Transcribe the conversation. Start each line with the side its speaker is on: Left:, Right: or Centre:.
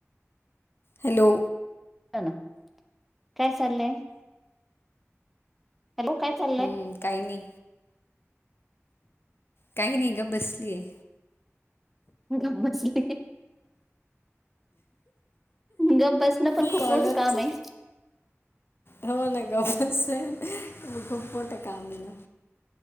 Left: हॅलो.
Centre: <unintelligible> काय चालंय? हॅलो, काय चा
Left: हम्म काय नी, काय नी गं बसलीय.
Centre: गप बसली. गप बसणं पण खूप
Left: कॉलरच
Centre: मोठं काम हे.
Left: हो ना गप बसणं, खूप मोठं काम हे ना.